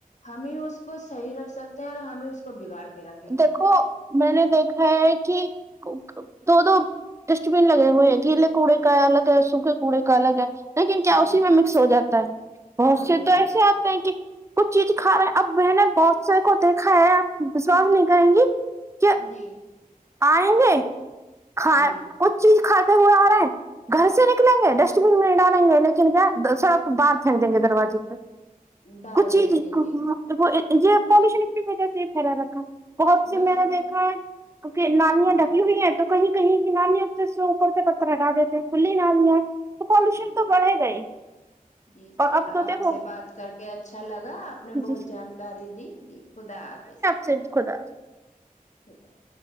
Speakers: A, on the left; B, on the right.
A: ہم ہی اس کو صحیح رکھ سکتے ہیں اور ہمیں اس کو بگاڑ کے رکھ
B: دیکھو میں نے دیکھا ہے کہ دو دو ڈسٹ بین لگے ہوئے ہیں گیلے کوڑے کا الگ ہے سوکھے کوڑے کا الگ ہے لیکن کیا
A: جی
B: اسی میں مکس ہو جاتا ہے بہت
A: ہاں
B: سے
A: جی
B: تو
A: ہاں
B: ایسے
A: جی
B: آ کہ کچھ چیز کھا رہے اب میں نے بہت سے کو دیکھا ہے سواس نہیں کہیں گی کیا
A: جی
B: آئیں گے کا
A: جی
B: کچھ چیز کھاتے ہوئے آ رہا ہے گھر سے نکلیں گے ڈسٹ بین میں ڈالیں گے لیکن کیا سرف باہر پھینک دیں گے دروازے پہ
A: ڈال
B: کچھی
A: دیں
B: ہ
A: گے جی
B: وہ یہ پالوشن اپ کی وجہ سے ھیر رہاتا بہت سی
A: بس
B: میں نے دیکھا ہے کیکہ نالیاں
A: جی
B: ڈکی ہوئی ہیں تو کہیں کہیں کی نامیں تو اس سے اوپر سے پتھر ہٹا دیتے ہیں کھلی نامیاں
A: جی
B: ش تو
A: جی
B: بڑھے گئی
A: جی
B: اور
A: چلو
B: اب تو دیکھو
A: آپ سے بات کر کے اچھا لگا آپ نے بہت
B: جی
A: جانکاری دی جی خدا حافظ
B: سپ کوودا
A: <unintelligible>